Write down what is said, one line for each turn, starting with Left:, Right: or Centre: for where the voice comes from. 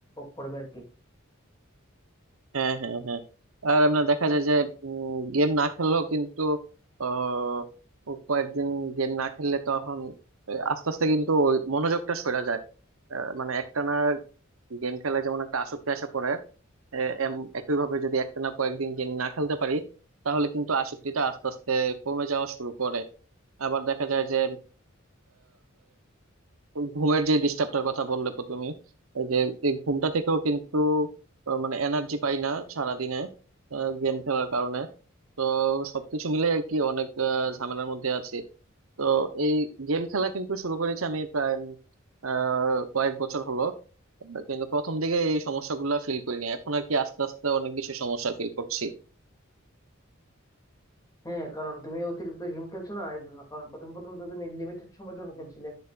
Left: করবে আর কি
Right: হ্যাঁ হ্যাঁ হ্যাঁ আর এমনি দেখা যায় যে গেম না খেললেও কিন্তু আহ, ও কয়েকদিন গেম না খেললে তখন আহ, আস্তে আস্তে কিন্তু ওই মনোযোগটা সরে যায় আহ, মানে একটানা গেম খেলায় যেমন একটা আসক্তি আসা পড়ে আহ, এম- একইভাবে যদি একটানা কয়েকদিন গেম না খেলতে পারি তাহলে কিন্তু আসক্তিটা আস্তে আস্তে কমে যাওয়া শুরু করে আবার দেখা যায় যে ঘুমের যে ডিস্টার্বটার কথা বললে তো তুমি এই যে এই ঘুমটা থেকেও কিন্তু আহ, মানে এনার্জি পাই না সারাদিনে গেম খেলার কারণে তো সবকিছু মিলে আর কি অনেক আহ, ঝামেলার মধ্যে আছি তো এই গেম খেলা কিন্তু শুরু করেছি আমি প্রায় উম, আহ কয়েক বছর হলো কিন্তু প্রথম দিকে এই সমস্যাগুলো ফিল করিনি এখন আর কি আস্তে আস্তে অনেক বেশি সমস্যা ফিল করছি
Left: হ্যাঁ কারণ তুমি অতিরিক্ত গেম খেলছো না এই জন্য কারণ প্রথম প্রথম তো তুমি লিমিটেড সময়ের জন্য খেলছিলে